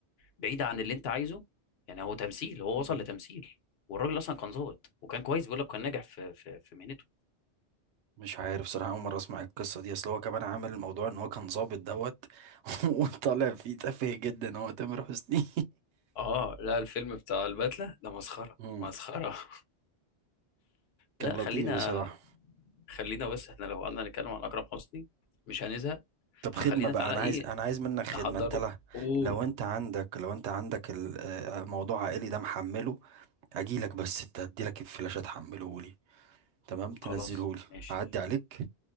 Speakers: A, on the left; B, on the right.
A: بعيد عن اللي انت عايزه يعني هو تمثيل هو
B: م-
A: وصل لتمثيل والراجل اصلا كان ظابط وكان كويس بيقول لك كان ناجح في في في مهنته
B: مش عارف صراحه اول مره اسمع القصه دي اصل هو كمان عامل الموضوع ان هو كان ظابط دوت <laughs> وطالع فيه تافه جدا هو تامر حسني
A: اه لا الفيلم بتاع البدلة ده مسخرة
B: <laughs> مم.
A: مسخرة <laughs>
B: كان
A: لا خلينا
B: لطيف بصراحه
A: خلينا بس احنا لو قعدنا نتكلم عن أكرم حسني مش هنزهق
B: طب
A: فخلينا
B: خدمه بقى
A: تعالى
B: انا
A: ايه
B: عايز انا عايز منك خدمه
A: نحضره
B: انت لا
A: قول
B: لو انت عندك لو انت عندك ال- آه، موضوع عائلي ده محمله اجيلك بس انت هديلك الفلاشه تحمله لي تمام تنزله
A: خلاص
B: لي
A: ماشي
B: اعدي عليك